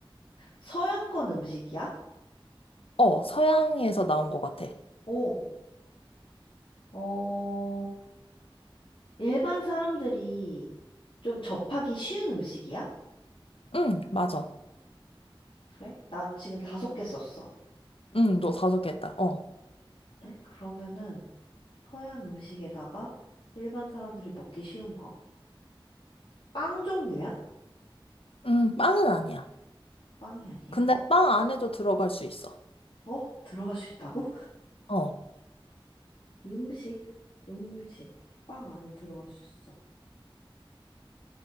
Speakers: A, on the left; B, on the left.
A: 서양권 음식이야?
B: 어, 서양에서 나온 것 같아.
A: 오, 어, 일반 사람들이 좀 접하기 쉬운 음식이야?
B: 응, 맞아.
A: 그래? 나 지금 다섯 개 썼어.
B: 응, 너 다섯 개 했다. 어.
A: 그래? 그러면은 서양 음식에다가 일반 사람들이 먹기 쉬운 거. 빵 종류야?
B: 음, 빵은 아니야.
A: 빵이 아니야?
B: 근데 빵 안에도 들어갈 수 있어.
A: 어? 들어갈 수 있다고?
B: 어.
A: 음식? 음식. 빵 안에 들어갈 수 있어.